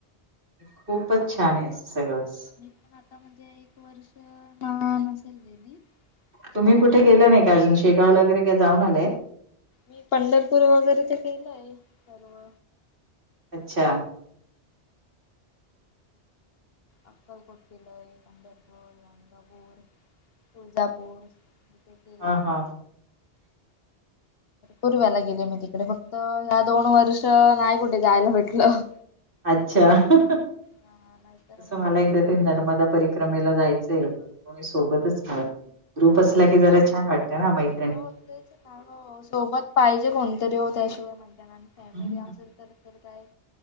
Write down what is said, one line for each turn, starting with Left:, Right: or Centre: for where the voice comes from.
Right: खूपच छान आहे असं सगळंच
Left: मी पण आता म्हणजे एक वर्ष नसेल गेली.
Right: तुम्ही
Left: त्याच्या
Right: कुठे
Left: आदल्या
Right: गेला
Left: वर्षी
Right: नाही का,
Left: गेली.
Right: अजून शेगावला वगैरेय जाऊन आले?
Left: मी पंढरपूर वगैरे ते केलं आहे सर्व
Right: अच्छा!
Left: अक्कलकोट किलई, पंढरपूर, रांगापूर, तुळजापूर केलय
Right: हा हा <inaudible>
Left: पूर्वला गेले मी तिकडे फक्त ह्या दोन वर्ष नाही कुठे जायला भेटलं.
Right: अच्छा!.. ह़..
Left: हा नाहीतर
Right: तस
Left: मग
Right: मला
Left: जायच
Right: एकदा ते नर्मदा
Left: तर
Right: परी क्रमेला जायचंय पण कोणी सोबतच मिळत नाही, ग्रुप असला की जरा छान वाटतं ना माहि
Left: हो तेच ना हो सोबत पाहिजे कोणतरी हो त्याशिवाय मज्जा नाय येत फॅमिली
Right: हं.
Left: असेल तर तर काय